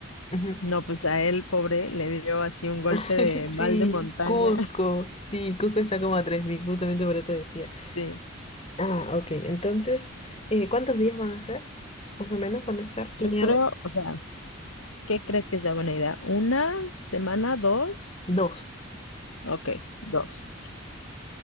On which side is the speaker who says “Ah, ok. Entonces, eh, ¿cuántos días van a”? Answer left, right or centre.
Left